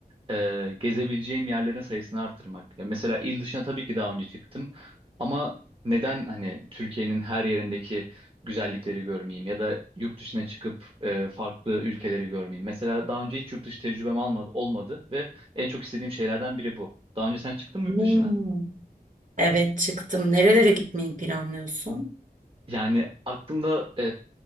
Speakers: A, on the right; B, on the right.
A: e, gezebileceğim yerlerin sayısını artırmak. Ya mesela il dışına tabii ki daha önce çıktım ama neden hani Türkiye'nin her yerindeki güzellikleri görmeyeyim ya da yurt dışına çıkıp e, farklı ülkeleri görmeyeyim. Mesela daha önce hiç yurt dışı tecrübem almadı, olmadı ve en çok istediğim şeylerden biri bu. Daha önce sen çıktın mı
B: Hmm.
A: yurt dışına?
B: Evet çıktım. Nerelere gitmeyi planlıyorsun?
A: Yani aklımda e,